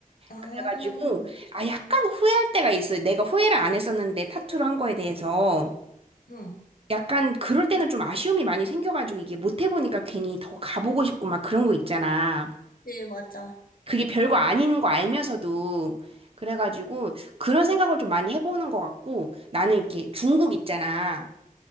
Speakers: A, on the left (about 80°); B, on the right (about 40°).
A: 아,
B: 그래가지고 아 약간 후회할 때가 있어요. 내가 후회를 안 했었는데 타투를 한 거에 대해서
A: 응.
B: 약간 그럴 때는 좀 아쉬움이 많이 생겨가지고 이게 못 해보니까 괜히 더 가보고 싶고 막 그런 거 있잖아.
A: 네, 맞아.
B: 그게 별거 아닌 거 알면서도 그래가지고 그런 생각을 좀 많이 해보는 것 같고 나는 이렇게 중국 있잖아.